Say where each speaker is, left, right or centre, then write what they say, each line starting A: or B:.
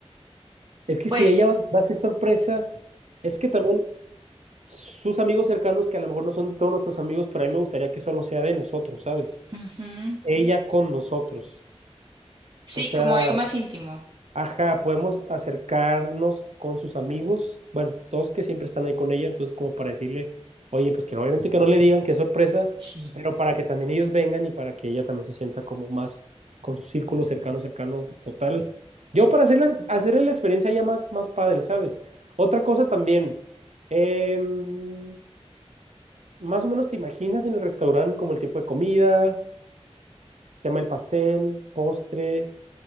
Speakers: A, on the right (about 80°); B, on the right (about 40°).
A: Es que
B: pues,
A: si ella va, va a hacer sorpresa, es que también sus amigos cercanos, que a lo mejor no son de todos nuestros amigos, pero a mí me gustaría que solo sea de nosotros, ¿sabes?
B: ujú,
A: ella con nosotros.
B: Sí,
A: O sea,
B: como algo más íntimo.
A: ajá, podemos acercarnos con sus amigos, bueno, todos que siempre están ahí con ella, entonces como para decirle, oye, pues que obviamente que no le digan qué sorpresa,
B: Sí.
A: pero para que también ellos vengan y para que ella también se sienta como más con su círculo cercano, cercano, total. Yo para hacerles, hacerle la experiencia ya más, más padre, ¿sabes? Otra cosa también, em, más o menos te imaginas en el restaurante como el tipo de comida, llama el pastel, postre.